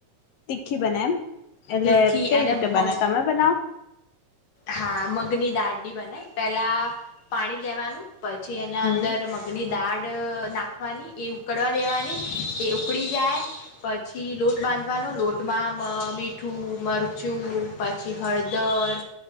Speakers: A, on the left; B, on the left.
A: તીખી બને એમ. એટલે
B: તીખી
A: કઈ
B: અને
A: રીતે
B: મગ
A: બને? તમે બનાવ?
B: હા મગની દાડની બને. પેલા પાણી લેવાનું. પછી એના
A: હમ
B: અંદર મગની દાળ ડ નાખવાની, એ ઉકડવા દેવાની, એ ઉક કડી જાય પછી લોટ બાંધવાનો, લોટમાં મ મીઠું, મરચું પછી હળદર,